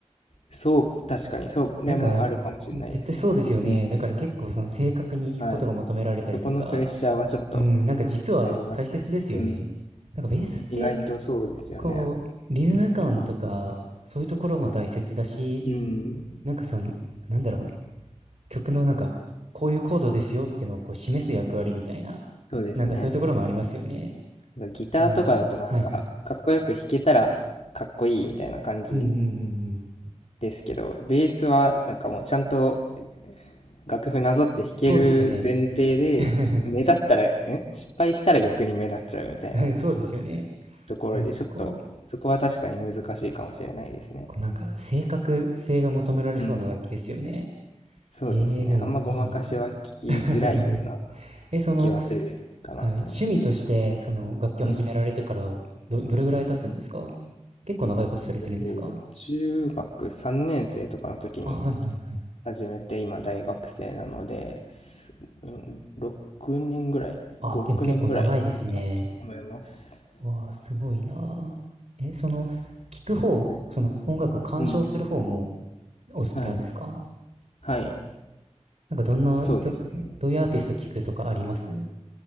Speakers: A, on the left; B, on the right.
A: そう、確かに、そうこれもあるかもしれないですね。
B: なんか、絶対そうですよね。
A: うん。
B: だから結構その正確に弾くことが求められたりとか、
A: はい。そこのプレッシャーはちょっと
B: うん、なんか実は大切ですよね。
A: ありますね。うん。
B: なんかベースって、
A: 意外とそうですよね。
B: こう、リズム感とか、そういうところも大切だし、
A: うん。
B: なんかその、なんだろう、曲のなんか、こういうコードですよっていうのをこう示す役割みたいな、
A: そうですね。
B: なんかそういうところもありますよね。
A: ギターとかだとなんか、
B: いいな。はいはい。
A: かっこよく弾けたらかっこいいみたいな感じ
B: うんうんうんうん。
A: ですけど、ベースはなんかもうちゃんと楽譜なぞって弾ける前提で、
B: そうですよね。<laughs>
A: 目立ったら、ん失敗したら逆に目立っちゃうみたいな
B: そうですよね。
A: ところで、
B: なんかこう、
A: ちょっとそこは確かに難しいかもしれないですね。
B: こうなんか正確性が求められそうな楽器ですよね。
A: うん。そうですね。
B: ええー、でもいいな。
A: あんまごまかしは聞きづらいような
B: <laughs> え、その、
A: 気はするかなと思います。
B: はい。趣味として、その、楽器を始められてから、
A: うん。
B: ど、どれぐらい経つんですか
A: はい
B: 結構長いことされてるんですか
A: えっと中学3年生とかの時に
B: あ、はいはいはい。
A: 始めて今大学生なので、すうん6年ぐらい、
B: あ、
A: 5、
B: でも結構長いですね。
A: 6年ぐらいかなと思います。
B: わあ、すごいなあ。え、その、聞く方、
A: はい。
B: その、音楽を鑑賞する方も
A: うん。
B: お好きなんですか
A: はい。はい。
B: なんかどんな曲、
A: そうですね。
B: どういうアーティスト聞くとかあります